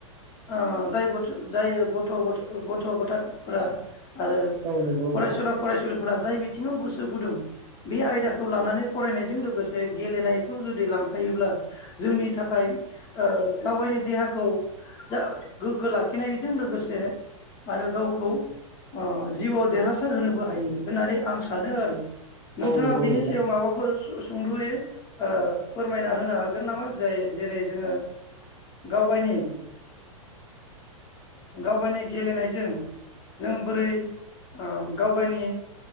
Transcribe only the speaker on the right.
औ नंगौ
नोंथां
औ नंगौ
नोंथां